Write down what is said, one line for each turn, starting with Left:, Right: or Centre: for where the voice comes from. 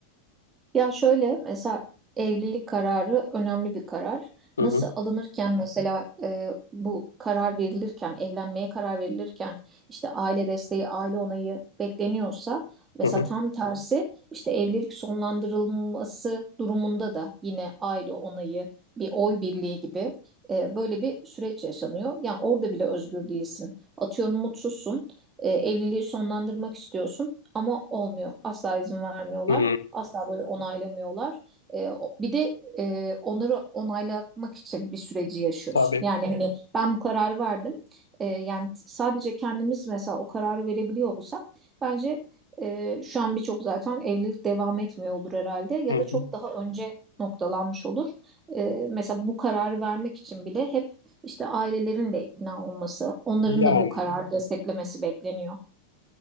Right: Ya şöyle mesela evlilik kararı önemli bir karar.
Left: Hı
Right: Nasıl
Left: hı,
Right: alınırken mesela e, bu karar verilirken, evlenmeye karar verilirken işte aile desteği, aile onayı bekleniyorsa mesela
Left: hı hı.
Right: tam tersi işte evlilik sonlandırılması durumunda da yine aile onayı, bir oy birliği gibi e, böyle bir süreç yaşanıyor. Yani orada bile özgür değilsin. Atıyorum mutsuzsun, e, evliliği sonlandırmak istiyorsun ama olmuyor. Asla izin vermiyorlar.
Left: Hı,
Right: Asla böyle onaylamıyorlar. Ee, o- bir de e, onları onaylatmak için bir süreci yaşıyorsun.
Left: tabii.
Right: Yani hani ben bu kararı verdim. Ee, yani t- sadece kendimiz mesela o kararı verebiliyor olsak bence e, şu an birçok zaten evlilik devam etmiyor olur herhalde ya
Left: Hı
Right: da çok
Left: hı.
Right: daha önce noktalanmış olur. Ee, mesela bu kararı vermek için bile hep işte ailelerin de ikna olması, onların
Left: Yani
Right: da bu kararı desteklemesi bekleniyor.